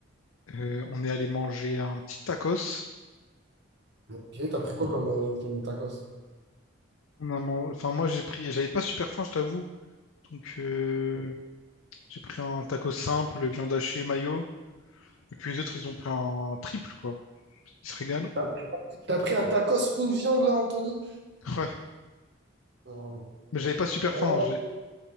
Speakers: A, on the left; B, on the right.
A: Euh, on est allé manger un petit tacos.
B: Ok, t'as pris quoi comme, euh, comme tacos?
A: On a man- Enfin, moi, j'ai pris, j'avais pas super faim, je t'avoue. Donc, euh, J'ai pris un taco simple, viande hachée, mayo. Et puis les autres, ils ont pris un triple, quoi. Ils se régalent.
B: T'as t'as pris un tacos, une viande, là, Anthony?
A: <laughs> Ouais.
B: Oh,
A: Mais j'avais pas super
B: oh,
A: faim. j'ai-